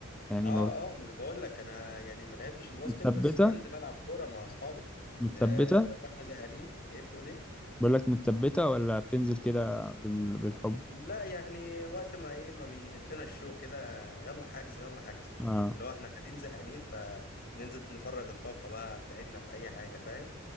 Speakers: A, in the centre; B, on the left.
A: يعني
B: اه
A: ما بت-
B: اه ما انا بقول لك انا يعني ما لعبتش الباسكت
A: متثبتة
B: بس بنزل العب كوره مع اصحابي
A: متثبتة
B: ن- واحنا زهقانين ايه بتقول ايه
A: بقول لك متثبتة ولا بتنزل كده بال- بالحب
B: لا يعني وقت ما ايه ما بيهفنا الشوق كده يلا حجز يلا حجز
A: اه
B: لو احنا قاعدين زهقانين فننزل نفرغ الطاقه بقى بتاعتنا في اي حاجه فاهم